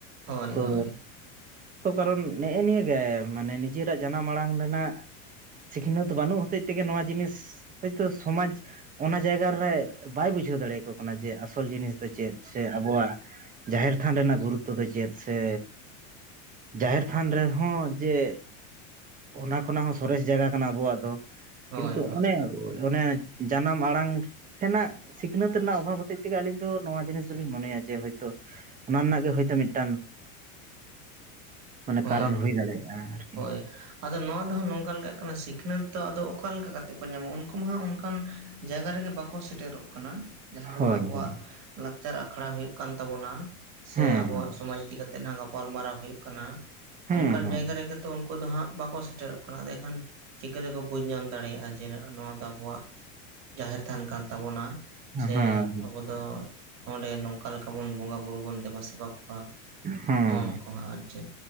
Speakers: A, on the right; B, on the right.
A: ᱦᱳᱭ
B: ᱛᱚᱻ
A: ᱦᱳᱭ
B: ᱛᱚ ᱠᱟᱨᱚᱱ ᱱᱮᱜᱼᱮ ᱱᱤᱭᱟᱹ ᱜᱮ ᱢᱟᱱᱮ ᱱᱤᱡᱮᱨᱟᱜ ᱡᱟᱱᱟᱢ ᱟᱲᱟᱝ ᱨᱮᱱᱟᱜ ᱥᱤᱠᱷᱱᱟᱹᱛ ᱵᱟᱹᱱᱩᱜ ᱦᱚᱛᱮᱡ ᱛᱮᱜᱮ ᱱᱚᱣᱟ ᱡᱤᱱᱤᱥ ᱦᱳᱭᱛᱳ ᱥᱚᱢᱟᱡᱽ ᱚᱱᱟ ᱡᱟᱭᱜᱟ ᱛᱟᱦᱚᱞᱮ ᱵᱟᱭ ᱵᱩᱡᱷᱟᱹᱣ ᱫᱟᱲᱮᱭᱟᱠᱚ ᱠᱟᱱᱟ ᱡᱮ ᱟᱥᱚᱞ ᱡᱤᱱᱤᱥ ᱫᱚ ᱪᱮᱫ, ᱥᱮ ᱟᱵᱚᱣᱟᱜ ᱡᱟᱦᱮᱨ ᱛᱷᱟᱱ ᱨᱮᱱᱟᱜ ᱜᱩᱨᱩᱯ ᱛᱮᱫᱚ ᱪᱮᱫ ᱥᱮ ᱡᱟᱦᱮᱨ ᱛᱷᱟᱱ ᱨᱮᱦᱚᱸ ᱡᱮ᱾ ᱚᱱᱟ ᱠᱷᱚᱱᱟᱜ ᱦᱚᱸ ᱥᱚᱨᱮᱥ ᱡᱟᱭᱜᱟ ᱠᱟᱱᱟ ᱟᱵᱚᱣᱟᱜ ᱫᱚ ᱾
A: ᱦᱳᱭ
B: ᱠᱤᱱᱛᱩ
A: ᱦᱳᱭ
B: ᱚᱱᱮ ᱚᱱᱮ ᱡᱟᱱᱟᱢ ᱟᱲᱟᱝ ᱥᱮᱱᱟᱜ ᱥᱤᱠᱷᱱᱟᱹᱛ ᱨᱮᱱᱟᱜ ᱚᱵᱷᱟᱵᱽ ᱦᱚᱛᱮᱡ ᱛᱮᱜᱮ ᱟᱹᱞᱤᱧ ᱫᱚ ᱱᱚᱣᱟ ᱡᱤᱱᱤᱥ ᱫᱚᱞᱤᱧ ᱢᱚᱱᱮᱭᱟ ᱡᱮ ᱦᱳᱭᱛᱳ ᱾ ᱚᱱᱟ ᱨᱮᱱᱟᱜ ᱜᱮ ᱦᱳᱭᱛᱳ ᱢᱤᱫᱴᱟᱝ ᱾ ᱢᱟᱱᱮ
A: ᱦᱳᱭ
B: ᱠᱟᱨᱚᱱ ᱦᱩᱭ
A: ᱦᱳᱭ
B: ᱫᱟᱲᱮᱭᱟᱜᱼᱟ ᱟᱨᱠᱤ᱾
A: ᱦᱳᱭ ᱟᱫᱚ ᱱᱚᱣᱟ ᱫᱚ ᱱᱚᱝᱠᱟ ᱞᱮᱠᱟᱜ ᱠᱟᱱᱟ ᱥᱤᱠᱷᱱᱟᱹᱛ ᱫᱚ ᱟᱫᱚ ᱚᱠᱟ ᱞᱮᱠᱟ ᱠᱟᱛᱮ ᱠᱚ ᱧᱟᱢᱚᱼᱟ ᱩᱱᱠᱩ ᱢᱟ ᱦᱟᱸᱜ ᱚᱱ ᱚᱱᱠᱟᱱ ᱡᱟᱭᱜᱟ ᱨᱮᱜᱮ ᱵᱟᱠᱚ ᱥᱮᱴᱮᱨᱚᱜ ᱠᱟᱱᱟ ᱾ ᱡᱟᱦᱟᱸ
B: ᱦᱳᱭ
A: ᱨᱮᱫᱚ ᱟᱵᱚᱣᱟᱜ
B: ᱦᱳᱭ
A: ᱞᱟᱠᱪᱟᱨ ᱟᱠᱷᱲᱟ ᱦᱩᱭᱩᱜ ᱠᱟᱱ ᱛᱟᱵᱚᱱᱟ᱾ ᱥᱮ
B: ᱦᱮᱸ
A: ᱟᱵᱚᱣᱟᱜ
B: ᱦᱮᱸ
A: ᱥᱚᱢᱟᱡᱽ ᱤᱫᱤ ᱠᱟᱛᱮ ᱱᱟᱜ ᱜᱟᱯᱟᱞ ᱢᱟᱨᱟᱣ ᱦᱩᱭᱩᱜ ᱠᱟᱱᱟ᱾
B: ᱦᱮᱸ
A: ᱚᱱᱠᱟᱱ
B: ᱦᱮᱸ
A: ᱡᱟᱭᱜᱟ ᱨᱮᱜᱮ ᱛᱚ ᱩᱱᱠᱩ ᱫᱚ ᱦᱟᱸᱜ ᱵᱟᱠᱚ ᱥᱮᱴᱮᱨᱚᱜ ᱠᱟᱱᱟ ᱮᱱᱠᱷᱟᱱ ᱪᱤᱠᱟᱹᱛᱮᱠᱚ ᱵᱩᱡᱽ ᱧᱟᱢ ᱫᱟᱲᱮᱭᱟᱜᱼᱟ ᱡᱮ ᱱᱚᱣᱟ ᱫᱚ ᱟᱵᱚᱣᱟᱜ ᱡᱟᱦᱮᱨ ᱛᱷᱟᱱ ᱠᱟᱱ ᱛᱟᱵᱚᱱᱟ ᱥᱮ
B: ᱦᱮᱸ
A: ᱟᱵᱚ ᱫᱚ ᱱᱚᱸᱰᱮ ᱱᱚᱝᱠᱟ ᱞᱮᱠᱟ ᱵᱚᱱ ᱵᱚᱸᱜᱟ ᱵᱩᱨᱩ ᱵᱚᱱ ᱫᱮᱵᱟ ᱥᱮᱵᱟ ᱠᱚᱣᱟ
B: ᱦᱮᱸ
A: ᱱᱚᱣᱟ ᱠᱚᱦᱚᱸ ᱟᱨ ᱪᱮᱫ᱾